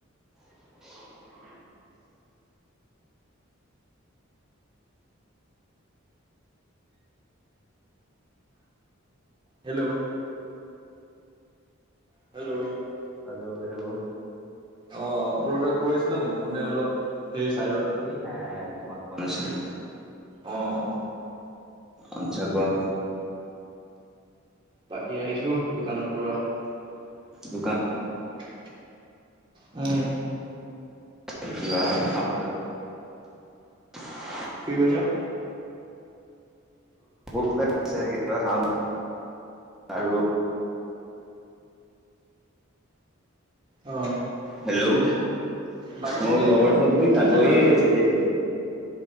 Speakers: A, in the centre; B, on the right (about 25°).
A: <inaudible>
B: হেল্ল'। হেল্ল'।
A: হেল্ল'হেল্ল'।
B: অ বোৰ কিবা কৈ আছিলা নেকি? মোৰ মানে অলপ। সেই চাইডত
A: এই নাই, নাই, নাই। তোমাক কোৱা নাছিলে।
B: অ অ
A: আত্ছা, কোৱা?
B: বাকী আহিছো, দোকানৰ পৰা। <unintelligible>
A: দোকান
B: উম।
A: <unintelligible>
B: কি কৈছ?
A: ভোক লাগিছে কা খা আৰু।
B: অ
A: হেল্ল'।
B: বাকী
A: মোৰ
B: তুমি
A: লগৰ চব গৈ চ
B: কি খাই
A: গয়ে
B: ভাল পোৱা
A: আছিলে।